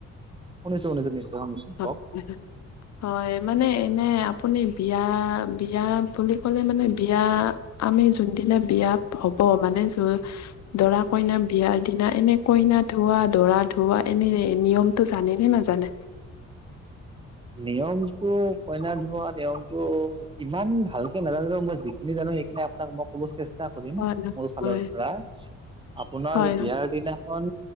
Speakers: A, on the right; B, on the left.
A: শুনিছো শুনিছো। শুনিছো
B: অ
A: কওক
B: মানে <unintelligible>
A: <inaudible>
B: হয় মানে এনে আপুনি বিয়া বিয়া বুলি ক'লে মানে বিয়া। আমি যোনদিনা বিয়া হ'ব মানে জোৰোণ দৰা কইনা। বিয়াৰ দিনা এনেই কইনা ধোৱা দৰা ধোৱা এনেই নিয়মটো জানে নাজানে।
A: নিয়মটো কইনা ধোৱা নিয়মটো ইমান ভালকে নাজানো যে মই যিখিনি জানো সেই কিন্তু আপোনাক মই ক'ব চেষ্টা কৰিম
B: হয়
A: মোৰ ফালৰ
B: হয়
A: পৰা আপোনাৰ
B: হয়
A: বিয়াৰ দিনা। কন